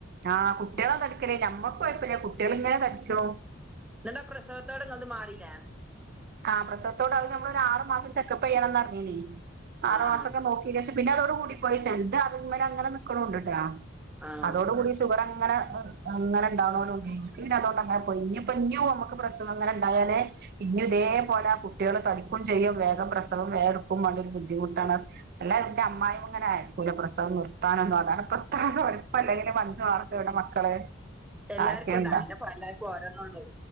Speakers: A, on the right; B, in the centre.
A: ആഹ് കുട്ടിയാളാ തടിക്കല് നമ്മക്ക് കൊഴ്പ്പല്ല കുട്ടിയാള് ഇങ്ങനെ തടിക്കും
B: ന്നട്ടാ പ്രസവത്തോടെ ഇങ്ങൾത് മാറീലേ
A: ആഹ് പ്രസവത്തോട അത് നമ്മള ഒരു ആറ് മാസം ചെക്കപ്പയ്യണംന്ന് അർഞ്ഞീനി ആറു
B: ആഹ്
A: മാസൊക്കെ നോ <unintelligible> പിന്നെ അതോടുകൂടി പോയി ചെൽത് അത്മല് അങ്ങനെ ന്ക്ക്ണുണ്ട് ട്ടോ
B: ആഹ്
A: അതോട് കൂടി ഷുഗർ അങ്ങനെ അങ്ങനെ ഇണ്ടാണോലും ണ്ടേ. എനിക്ക് പിന്നെ അതുകൊണ്ട് അങ്ങനെ പോയി ഇനിയിപ്പൊ ഇനി നമ്മുക്ക് പ്രശ്നം അങ്ങനെണ്ടായാലേ ഇനി ഇതേപോലെ ആ കുട്ടികൾ തടിക്കും ചെയ്യും വേഗം പ്രസവം വേം ഇട്ക്കും വാണ്ടി വരും ബുദ്ധിമുട്ടാണ് എല്ലാ എന്റെ അമ്മായ്മ ഇങ്ങനെ അയ്കൂല പ്രസവം നിർത്താനൊന്നും അതാണ്പ്പ <unintelligible> ഇപ്പ അല്ലെങ്കിലും അഞ്ചോ ആറോ ക്കെ ഇവടെ മക്കള്
B: എല്ലാർക്കുംണ്ട
A: ആർക്കെണ്ടാ
B: അയ്നപ്പ എല്ലാർക്കും ഓരന്നള്ളേ